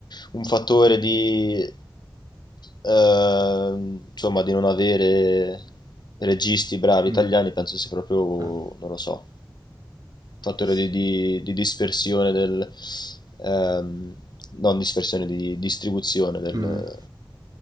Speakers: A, on the left (about 65°); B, on the right (about 55°).
A: un fattore di, ehm, insomma, di non avere registi bravi
B: Mm.
A: italiani, penso sia proprio,
B: Ah.
A: non lo so, un fattore
B: S-
A: di, di- di dispersione del, ehm, non dispersione, di distribuzione del-
B: mm.